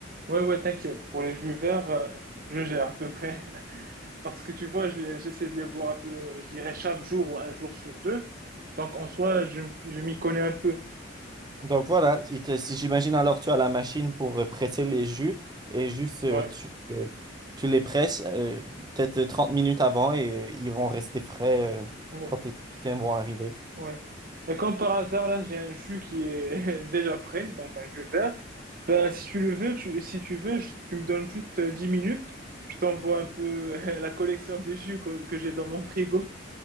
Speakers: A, on the right; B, on the right.
A: oui, ouais, ouais, t'inquiète. Pour les jus verts, euh, je gère à peu près. <laughs> Parce que tu vois, je les- j'essaie de les boire un peu, je dirais chaque jour ou un jour sur deux. Donc en soi, je, je m'y connais un peu.
B: Donc voilà, il te- si j'imagine alors tu as la machine pour euh, presser les jus et juste euh,
A: Ouais,
B: tu, euh, tu les presses euh, peut-être euh, 30 minutes avant et euh, ils vont rester frais euh,
A: ouais,
B: quand tes invités vont arriver.
A: Ouais. Et comme par hasard, là, j'ai un jus qui est <laughs> déjà prêt, donc un jus vert. Ben, si tu le veux, tu, si tu veux, je- tu me donnes juste euh, 10 minutes. Je t'envoie un peu <laughs> la collection de jus que, que j'ai dans mon frigo.